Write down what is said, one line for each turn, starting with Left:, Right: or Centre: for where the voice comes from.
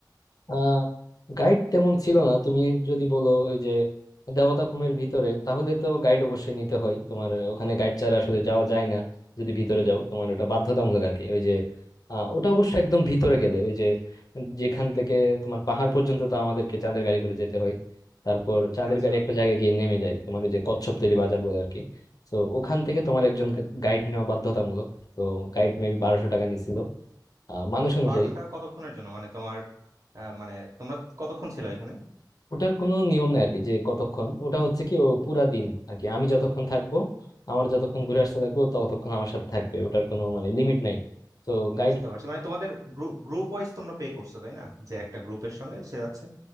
Left: আহ গাইড তেমন ছিল না তুমি যদি বলো ওই যে দেবতাখুমের ভিতরে তাহলে তো গাইড অবশ্যই নিতে হয় তোমার ওখানে গাইড ছাড়া আসলে যাওয়া যায় না যদি ভিতরে যাও তোমার ওটা বাধ্যতামূলক আর কি ওই যে আহ, ওটা অবশ্য একদম ভিতরে গেলে ওই যে যেখান থেকে তোমার পাহাড় পর্যন্ত তো আমাদেরকে চাঁদের গাড়ি করে যেতে হয় তারপর চাঁদের
Right: আচ্ছা
Left: গাড়ি একটা জায়গায় গিয়ে নেমে যায় তোমার ওই যে কচ্ছপতলী বাজার বলে আর কি তো ওখান থেকে তোমার একজন গাইড নেওয়া বাধ্যতামূলক তো গাইড মেবি বারোশো টাকা নিছিল আহ, মানুষ অনুযায়ী
Right: বারোশো টাকা কতক্ষণের জন্য মানে তোমার আহ, মানে তোমরা কতক্ষণ ছিল এখানে
Left: ওটার কোনো নিয়ম নাই আর কি যে কতক্ষণ ওটা হচ্ছে কি ও পুরা দিন আর কি আমি যতক্ষণ থাকবো আমার যতক্ষণ ঘুরে আসতে থাকবো ও ততক্ষণ আমার সাথে থাকবে ওটার কোনো মানে লিমিট নাই তো গাইড
Right: বুঝতে পারছি মানে তোমাদের গ্রুপ ওয়াইজ তোমরা পে করছো তাই না যে একটা গ্রুপের সঙ্গে সে যাচ্ছে